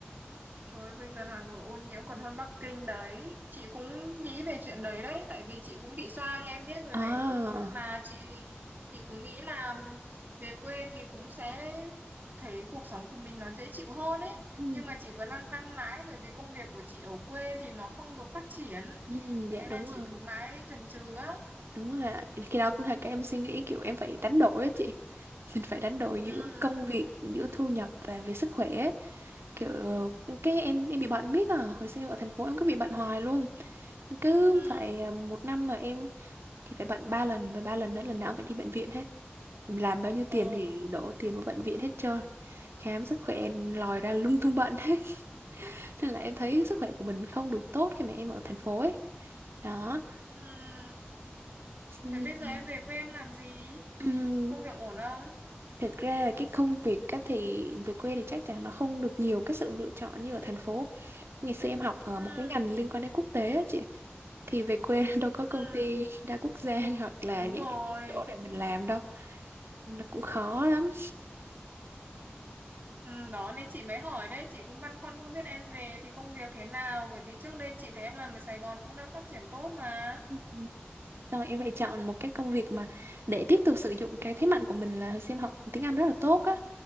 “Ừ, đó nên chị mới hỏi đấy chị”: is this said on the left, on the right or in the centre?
Right